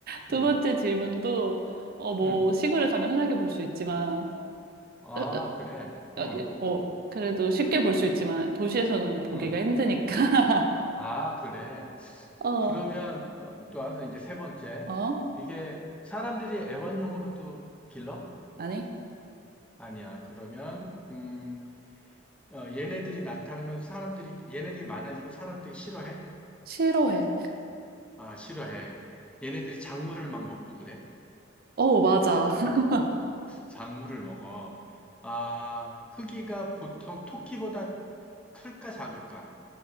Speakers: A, on the right; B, in the centre.
A: 두
B: 응,
A: 번째 질문도 어 뭐
B: 응.
A: 시골에 가면 흔하게 볼 수 있지만
B: 아,
A: 으, 으,
B: 그래. 응,
A: 어, 예, 어, 그래도 쉽게 볼 수 있지만 도시에서는 보기가
B: 응.
A: 힘드니까 <laughs>
B: 아, 그래.
A: 어
B: 그러면, 어, 또 와서 이제 세 번째.
A: 어?
B: 이게 사람들이 애완용으로도 길러?
A: 아니
B: 아니야. 그러면, 음, 어, 얘네들이 나타나면 사람들이, 얘네들이 많아지면 사람들이 싫어해?
A: 싫어해
B: 아, 싫어해. 얘네들이 작물을 막 먹고 그래?
A: 응어 맞아 <laughs>
B: 작물을 먹어. 아, 크기가 보통 토끼보다 클까 작을까?